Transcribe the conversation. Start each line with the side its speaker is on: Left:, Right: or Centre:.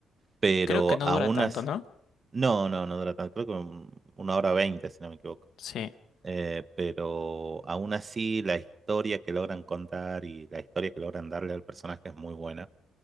Right: Pero
Left: Creo que no
Right: aún
Left: dura tanto,
Right: así.
Left: ¿no?
Right: No, no, no dura tanto. Creo que un- una hora veinte, si no me equivoco.
Left: Sí.
Right: Eh, pero aún así, la historia que logran contar y la historia que logran darle al personaje es muy buena.